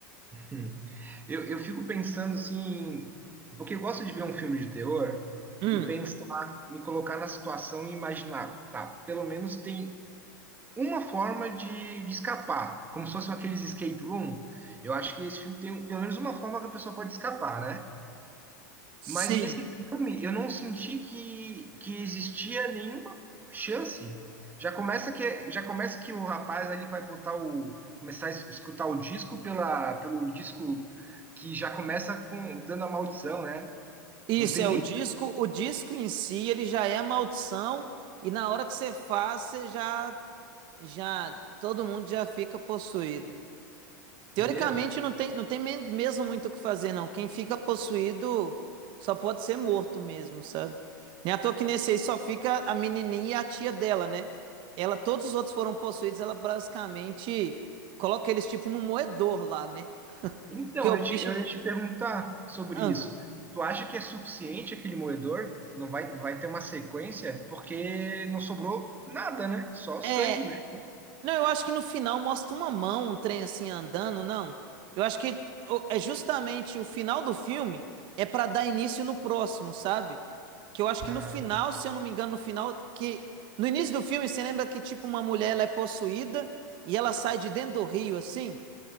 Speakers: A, on the right; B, on the right.
A: Hum. Eu, eu fico pensando assim, porque eu gosto de ver um filme de terror
B: Hum,
A: e pensar, me colocar na situação e imaginar, tá, pelo menos tem uma forma de, de escapar, como se fossem aqueles escape room. Eu acho que esse filme tem um- pelo menos uma forma que a pessoa pode escapar, né?
B: sim.
A: Mas nesse filme eu não senti que, que existia nenhuma chance. Já começa que já começa que o rapaz ali vai botar o começar a es- escutar o disco pela pelo disco que já começa com dando a maldição, né?
B: Isso
A: Não tem
B: é
A: nem
B: o disco. O disco em si, ele já é a maldição, e na hora que você faz, você já, já, todo mundo já fica possuído. Teoricamente
A: meu.
B: não tem, não tem men- mesmo muito o que fazer, não. Quem fica possuído só pode ser morto mesmo, sabe? Nem à toa que nesse aí só fica a menininha e a tia dela, né? Ela, todos os outros foram possuídos, ela basicamente coloca eles tipo no moedor lá, né?
A: Então,
B: Porque o
A: eu te,
B: bicho.
A: eu ia te perguntar sobre
B: Ah,
A: isso. Tu acha que é suficiente aquele moedor? Não vai, vai ter uma sequência? Porque não sobrou nada, né? Só sangue
B: é,
A: no chão.
B: Não, eu acho que no final mostra uma mão, um trem assim andando, não. Eu acho que o- é justamente o final do filme é pra dar início no próximo, sabe? Que eu acho
A: Ah,
B: que no final, se eu não me engano, no final que no início do filme você lembra que tipo uma mulher ela é possuída e ela sai de dentro do rio assim,